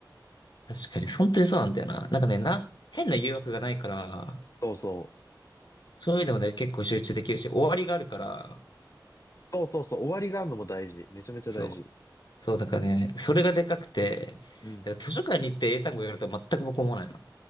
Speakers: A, on the left (about 70°); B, on the left (about 45°).
A: 確かに、本当にそうなんだよな。なんかね、な、変な誘惑がないから、
B: そうそう。
A: そういう意味でもね、結構集中できるし、終わりがあるから、
B: そうそうそう、終わりがあるのも大事。めちゃめちゃ大事。
A: そう。そう、だからね、それがでかくて、
B: うん。
A: だから図書館に行って英単語やるとは全く僕思わないの。